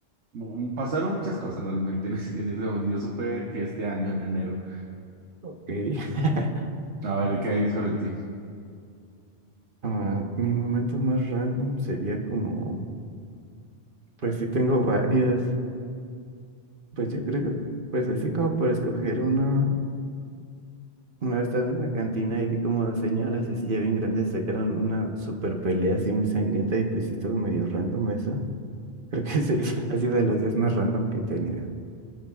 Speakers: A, on the right (about 85°); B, on the right (about 55°).
A: mu- pasaron muchas cosas realmente en ese, en ese momento. Yo supe que este año, en enero.
B: Ok. <laughs>
A: A ver, ¿qué hay sobre ti?
B: Ah, mi momento más random sería como, pues sí tengo varios, pues yo creo que, pues así como por escoger uno, una vez estaba en la cantina y vi como dos señoras así ya bien grandes sacaron una super pelea así muy sangrienta y pues sí estuvo medio random eso. Creo que ese <laughs> ha sido de los días más random que he tenido.